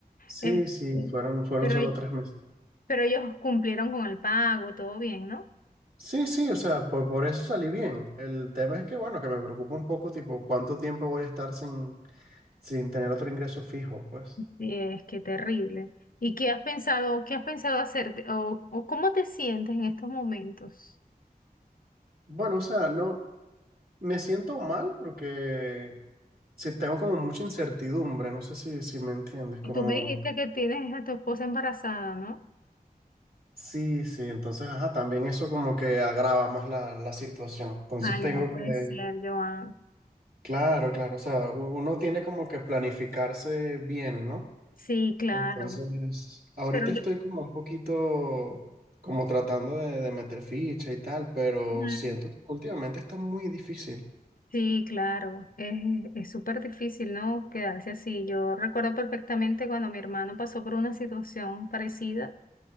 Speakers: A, on the right (about 70°); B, on the left (about 60°).
A: Sí,
B: Este,
A: sí, fueron, fueron
B: pero,
A: solo tres meses.
B: pero ellos cumplieron con el pago, todo bien, ¿no?
A: Sí, sí, o sea, por, por eso salí bien. El tema es que, bueno, que me preocupa un poco, tipo, cuánto tiempo voy a estar sin, sin tener otro ingreso fijo, pues.
B: Sí, es que terrible. ¿Y qué has pensado, qué has pensado hacerte o, o cómo te sientes en estos momentos?
A: Bueno, o sea, no, Me siento mal porque si tengo como mucha incertidumbre, no sé si, si me entiendes, como
B: Y tú me dijiste que tienes a tu esposa embarazada, ¿no?
A: sí, sí, entonces, ajá, también eso como que agrava más la, la situación. Entonces
B: Ay,
A: tengo
B: no puede
A: que,
B: ser, Joan.
A: claro, claro, o sea, u- uno tiene como que planificarse bien, ¿no?
B: Sí, claro.
A: Entonces, ahorita
B: Pero
A: estoy
B: yo,
A: como un poquito como tratando de, de meter ficha y tal, pero
B: Mm.
A: siento que últimamente está muy difícil.
B: sí, claro. Es, es súper difícil, ¿no? Quedarse así. Yo recuerdo perfectamente cuando mi hermano pasó por una situación parecida.